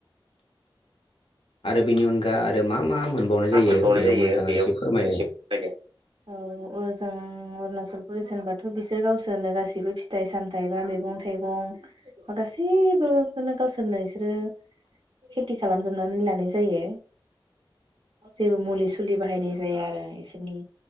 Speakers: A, on the left; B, on the right.
A: आरो बेनि अनगा आरो मा मा मोनबावनाय जायो
B: मोनबावनाय
A: बेयाव
B: जायो
A: नोंथाङा
B: बेयाव
A: फोरमायदो
B: एसे फोरमायदो। अरुणाचल प्रदेश होनबाथ' बिसोर गावसोरो गासिबो फिथाइ-सामथाइ बा मैगं-थाइगं बेखौ गासिखौबो गासैबोखोनो गावसोरनो इसोरो खेथि खालामजोबनानै लानाय जायो। जेबो मुलि सुलि बाहायनाय जाया आरो इसोरनि